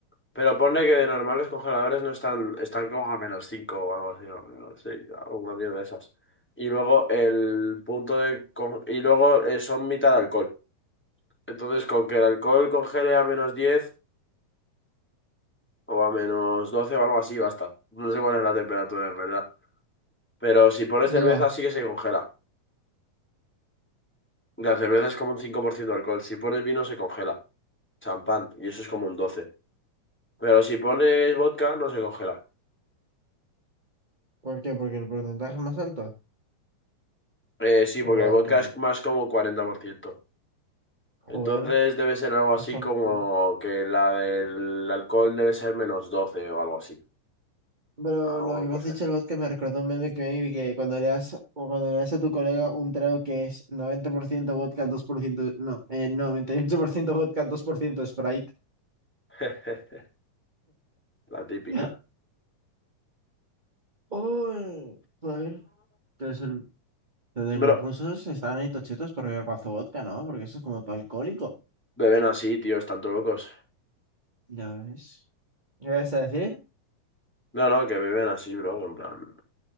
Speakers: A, in the centre; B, on the right.
A: Pero ponle que de normal los congeladores no están, están como a menos 5 o algo así, o menos 6, alguna mierda de esas. Y luego el punto de... con- Y luego eh, son mitad alcohol. Entonces con que el alcohol congele a menos 10 o a menos 12 o algo así, basta. No sé cuál es la temperatura en verdad. Pero si pones cerveza
B: ya.
A: sí que se congela. La cerveza es como un 5% de alcohol. Si pones vino se congela. Champán, y eso es como un doce Pero si pones vodka no se congela.
B: ¿Por qué? ¿Porque el porcentaje es más alto?
A: Eh, sí, porque
B: O
A: el vodka
B: al revés.
A: es más como cuarenta por ciento
B: Joder,
A: Entonces debe ser algo así
B: más alcohol.
A: como que la del alcohol debe ser menos 12 o algo así.
B: Pero
A: Alguna
B: lo que me
A: cosa
B: has dicho
A: esa.
B: el vodka me recordó un meme que me vi que cuando le das, o cuando le das a tu colega un trago que es 90% vodka, 2%, no, eh, 98% vodka, 2% Sprite.
A: <laughs> La típica.
B: <laughs> ¡Oh! Joder. Entonces, el- entonces
A: Bro,
B: los rusos están ahí tochitos por beber mazo vodka, ¿no? Porque eso es como todo alcohólico.
A: beben así, tío, están todos locos.
B: Ya ves. ¿qué vas a decir?
A: No, no, que beben así, bro. En plan,